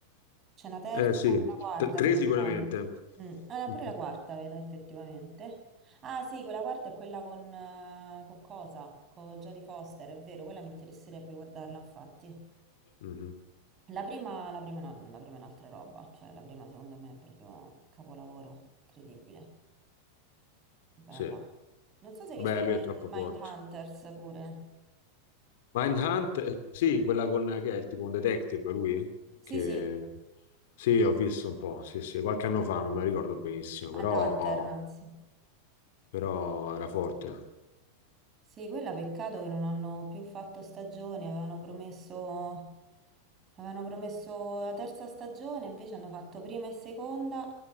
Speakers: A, on the right; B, on the left.
A: C'è una terza
B: Eh sì,
A: e una quarta,
B: T- tre
A: se non
B: sicuramente.
A: sbaglio. Mm. Ah, no,
B: Mhm.
A: pure la quarta vedo effettivamente. Ah, sì, quella quarta è quella con, eh, con cosa? Con Jodie Foster, è vero, quella mi interesserebbe guardarla, infatti.
B: Mhm.
A: La prima, la prima no, la prima è un'altra roba, cioè la prima secondo me è proprio capolavoro, incredibile, bella.
B: Sì,
A: Non so se hai
B: beh,
A: visto Mind,
B: lui è troppo forte.
A: Mindhunters pure.
B: Mindhunt, eh, sì, quella con che è il tipo un detective, lui?
A: Sì,
B: Che...
A: sì,
B: Sì, ho visto un po', sì, sì, qualche anno fa, non me la ricordo benissimo,
A: Mindhunter,
B: però,
A: anzi.
B: però era forte.
A: Sì, quella peccato che non hanno più fatto stagioni, avevano promesso, avevano promesso la terza stagione, invece hanno fatto prima e seconda,